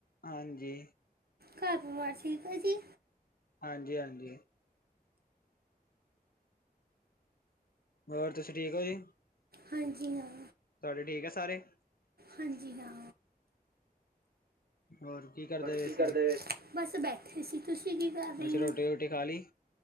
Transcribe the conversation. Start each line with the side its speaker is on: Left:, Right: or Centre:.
Left: ਹਾਂਜੀ,
Right: ਘਰ ਪਰਿਵਾਰ ਠੀਕ ਆ ਜੀ
Left: ਹਾਂਜੀ ਹਾਂਜੀ ਹੋਰ ਤੁਸੀਂ ਠੀਕ ਹੋ ਜੀ
Right: ਹਾਂਜੀ ਹਾਂ,
Left: ਤੁਹਾਡੇ ਠੀਕ ਆ ਸਾਰੇ।
Right: ਹਾਂਜੀ ਹਾਂ,
Left: ਹੋਰ ਕਰਦੇ
Right: ਕੀ
Left: ਪਏ
Right: ਕਰਦੇ
Left: ਸੀ
Right: ਬਸ ਬੈਠੇ ਸੀ ਤੁਸੀਂ ਕੀ ਕਰ ਰਹੇ
Left: ਅੱਛਾ
Right: ਹੋ।
Left: ਰੋਟੀ ਰੋਟੀ ਖਾ ਲਈ